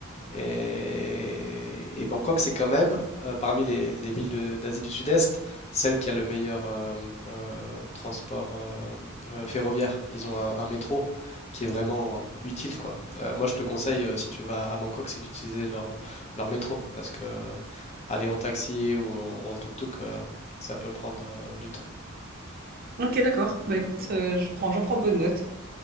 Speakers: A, on the left (about 30°); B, on the right (about 45°).
A: et, et Bangkok, c'est quand même, euh, parmi les, les villes de- d'Asie du Sud-Est, celle qui a le meilleur euh, euh, transport euh, euh, ferroviaire. Ils ont un, un métro qui est vraiment utile, quoi. Euh, moi, je te conseille, euh, si tu vas à Bangkok, c'est d'utiliser leur, leur métro, parce que euh, aller en taxi ou en, ou en tuk-tuk, euh, ça peut prendre euh, du temps.
B: Ok, d'accord. Bah écoute, euh, je prends, j'en prends bonne note.